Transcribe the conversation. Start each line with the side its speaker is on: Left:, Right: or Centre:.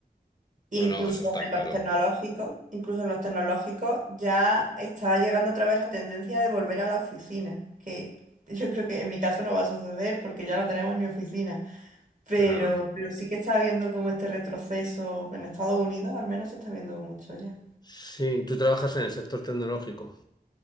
Right: E
Left: no,
Right: incluso
Left: no, eso está
Right: en
Left: claro.
Right: los tecnológicos, incluso en los tecnológicos ya está llegando otra vez la tendencia de volver a la oficina, que <laughs> yo creo que en mi caso no va a suceder porque ya no tenemos ni oficina. Pero,
Left: Claro.
Right: pero sí que está habiendo como este retroceso en Estados Unidos, al menos se está viendo mucho ya.
Left: Sí, tú trabajas en el sector tecnológico.